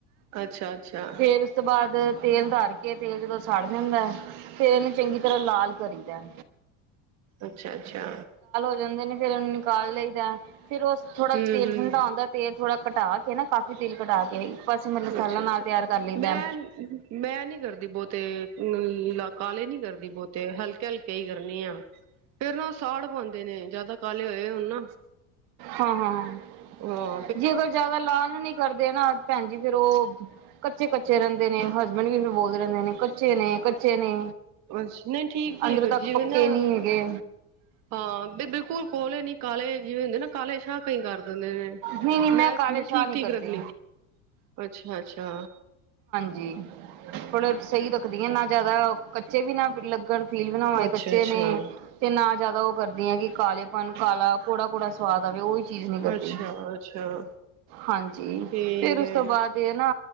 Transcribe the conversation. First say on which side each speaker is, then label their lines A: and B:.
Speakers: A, on the right (about 45°); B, on the right (about 60°).
A: ਅੱਛਾ ਅੱਛਾ
B: ਫੇਰ ਉਸ ਤੋਂ ਬਾਅਦ ਤੇਲ ਧਰ ਕੇ, ਤੇਲ ਜਦੋਂ ਸੜ ਜਾਂਦਾ ਏ, ਫੇਰ ਏਨੂੰ ਚੰਗੀ ਤਰ੍ਹਾਂ ਲਾਲ ਕਰੀਦਾ ਏ।
A: ਅੱਛਾ-ਅੱਛਾ।
B: ਜਾਂਦੇ ਨੇ ਫੇਰ ਉਹਨੂੰ ਨਿਕਾਲ ਲਈਦਾ ਏ, ਫੇਰ ਉਹਸ ਥੋੜਾ
A: ਹਮ
B: ਤੇਲ
A: ਹਮ
B: ਠੰਢਾ ਹੁੰਂਦਾ ਤੇਲ ਥੋੜਾ ਘਟਾ ਕੇ ਨਾ, ਕਾਫੀ ਤੇਲ ਘਟਾ ਕੇ, ਇੱਕ ਪਾਸੇ ਮੈਂ ਮਸਾਲਾ
A: ਅੱਛਾ
B: ਨਾਲ
A: ਅੱਛਾ
B: ਤਿਆਰ ਕਰ ਲਈਦਾ
A: ਮੈਂ, ਮੈਂ ਨੀ ਕਰਦੀ ਬਹੁਤੇ, ਅ ਕਾਲੇ ਨੀ ਕਰਦੀ ਬਹੁਤੇ। ਹਲਕੇ-ਹਲਕੇ ਈ ਕਰਨੀ ਆ। ਫੇਰ ਨਾ ਉਹ ਸਾੜ ਪਾਉਂਦੇ ਨੇ, ਜਿਆਦਾ ਕਾਲੇ ਹੋਏ ਹੋਣ ਨਾ।
B: ਹਾਂ-ਹਾਂ-ਹਾਂ।
A: ਆਂ।
B: ਜੇ ਅਗਰ ਜਾਦਾ ਲਾਲ ਨੀ ਕਰਦੇ ਨਾ, ਭੈਣ ਜੀ ਫੇਰ ਔਹ ਕੱਚੇ-ਕੱਚੇ ਰਹਿੰਦੇ ਨੇ, ਹਸਬੈਂਡ ਵੀ ਮਨੂੰ ਬੋਲਦੇ ਰਹਿੰਦੇ ਨੇ, ਕੱਚੇ ਨੇ ਕੱਚੇ ਨੇ।
A: ਅੱਛ, ਨਈ ਠੀਕ। ਠੀਕ
B: ਅੰਦਰ ਤੱਕ
A: ਜਿਵੇਂ
B: ਪੱਕੇ
A: ਨਾ
B: ਨਈ ਹੈਗੇ।
A: ਹਾਂ, ਬੀ ਬਿਲਕੁਲ ਕੋਲੇ ਨੀ ਕਾਲੇ, ਜਿਵੇਂ ਹੁੰਦੇ ਨਾ ਕਾਲੇ ਸ਼ਾਹ, ਕਈ ਕਰ ਦਿੰਦੇ ਨੇ।
B: ਨਹੀਂ ਨਹੀਂ
A: ਮੈਂ
B: ਕਾਲੇ ਸ਼ਾਹ
A: ਠੀਕ-ਠੀਕ
B: ਨਹੀਂ ਕਰਦੀ
A: ਰੱਖਣੀ, ਅੱਛਾ-ਅੱਛਾ।
B: ਜੀ, ਥੋੜਾ ਸਈ ਰੱਖਦੀ ਆ, ਨਾ ਜਿਆਦਾ ਕੱਚੇ ਵੀ ਨਾ ਫਿਰ ਲ ਕਨ ਫੀਲ ਬਣਾਵਾ ਏਹ
A: ਅੱਛਾ
B: ਕੱਚੇ
A: ਅੱਛਾ
B: ਨੇ, ਤੇ ਨਾ ਜ਼ਿਆਦਾ ਔਹ ਕਰਦੀ ਆ ਕਿ ਕਾਲੇਪਨ, ਕਾਲਾ ਕੋੜਾ-ਕੋੜਾ ਸਵਾਦ ਆਵੇ। ਉਹੀ ਚੀਜ਼ ਨਈ ਕਰਦੀ,
A: ਅੱਛਾ ਅੱਛਾ
B: ਹਾਂਜੀ,
A: ਠੀਕ
B: ਫੇਰ ਉਸ
A: ਹੈ
B: ਤੋਂ ਬਾਅਦ ਏਹ ਨਾ